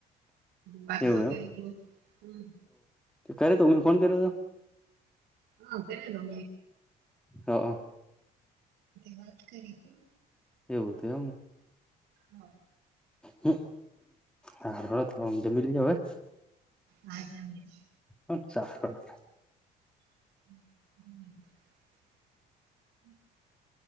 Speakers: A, on the right; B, in the centre.
A: વાતો,
B: એવું
A: ક હ
B: એમ કરે, તો હને ફોન કર્યો, હતો.
A: હા, કરીરીદો
B: હા, અ
A: વાત, કરી ખ
B: એવું હતું
A: હા
B: હ, હ, હ તોમ તો મલી હવે
A: હા, જાઓની
B: અચ્છા.
A: <inaudible> <inaudible>